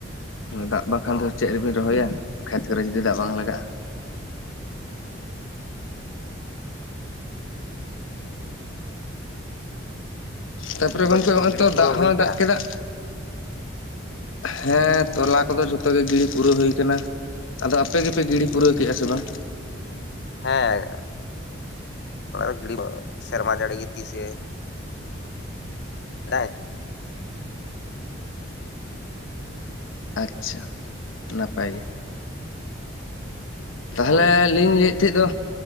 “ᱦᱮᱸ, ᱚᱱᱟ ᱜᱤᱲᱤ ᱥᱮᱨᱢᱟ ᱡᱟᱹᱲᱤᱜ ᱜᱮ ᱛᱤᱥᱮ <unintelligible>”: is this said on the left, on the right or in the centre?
Left